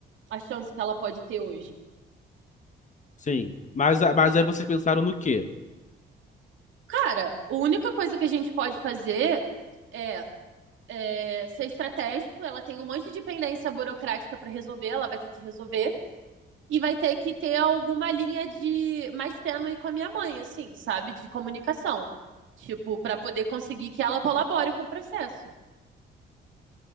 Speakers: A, on the right; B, on the left.
A: A chance que ela pode ter hoje.
B: Sim. Mas, mas aí vocês pensaram no quê?
A: Cara, a única coisa que a gente pode fazer é é, ser estratégico, ela tem um monte de pendência burocrática para resolver, ela vai ter que resolver. E vai ter que ter alguma linha de mais tênue com a minha mãe, assim, sabe? De comunicação. Tipo, para poder conseguir que ela colabore com o processo.